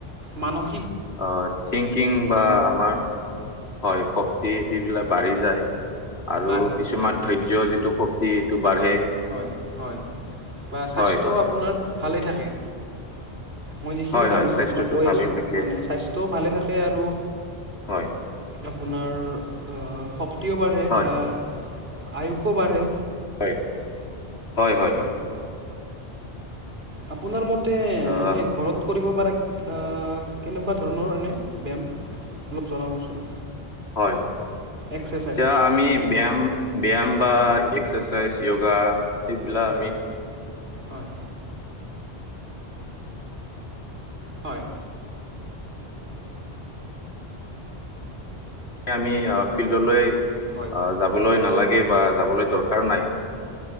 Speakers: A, on the right (about 70°); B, on the left (about 70°).
A: মানুহ
B: অ থিংকিং বা আমাৰ হয় শক্তি সেইবিলাক বাঢ়ি যায়। আৰু
A: বাঢ়ে
B: কিছুমান
A: হয়
B: ধৈৰ্য যিটো শক্তি এইটো বাঢ়ে
A: হয় হয় বা স্বাস্থ্য
B: হয় হয়
A: আপোনাৰ ভালেই থাকে। মই যিখিনি
B: হয়
A: জানো
B: হয় স্বাস্থ্যটো
A: আপোনাক কৈ
B: ভালে
A: আছোঁ
B: থাকে
A: মানে স্বাস্থ্যও ভালে থাকে আৰু
B: হয়
A: আপোনাৰ আ শক্তিও বাঢ়ে
B: হয়
A: বা আয়ুসো বাঢ়ে
B: হয় হয় হয় হয়
A: আপোনাৰ মতে এনে
B: আহ
A: ঘৰত কৰিব পৰা আ কেনেকোৱা ধৰণৰ এনে ব্যায়াম অলপ জনাবচোন
B: হয়
A: এক্সাৰচাইজ
B: এতিয়া আমি ব্যায়াম ব্যায়াম বা এক্সাৰচাইজ য়োগা সেইবিলাক আমি
A: হয় হয়।
B: আমি ফিল্ডলৈ
A: হয়
B: আ যাবলৈ নালাগে বা যাবলৈ দৰকাৰ নাই